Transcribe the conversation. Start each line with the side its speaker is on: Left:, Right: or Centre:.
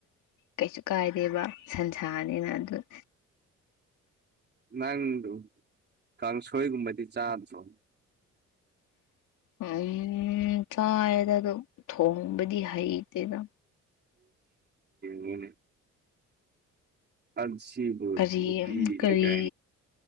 Left: ꯀꯩꯁꯨ ꯀꯥꯏꯗꯦꯕ ꯁꯟꯁꯥꯅꯤꯅ ꯑꯗꯨ
Right: ꯅꯪꯗ ꯀꯥꯡꯁꯣꯏꯒꯨꯝꯕꯗꯤ ꯆꯥꯗ꯭ꯔꯣ
Left: ꯎꯝ ꯆꯥꯏꯗ ꯑꯝ ꯊꯣꯡꯕꯗꯤ ꯍꯩꯇꯦꯗ
Right: ꯃꯅꯦ ꯑꯁꯤꯕꯨ
Left: ꯀꯔꯤ
Right: ꯌ
Left: ꯀꯔꯤ
Right: ꯀ